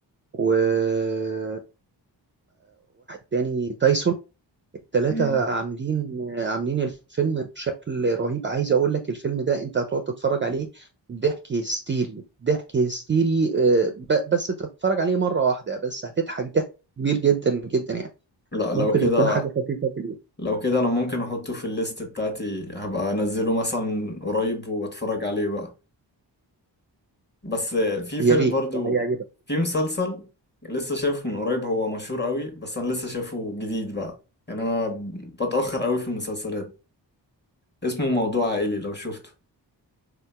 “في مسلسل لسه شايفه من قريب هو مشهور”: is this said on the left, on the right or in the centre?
Left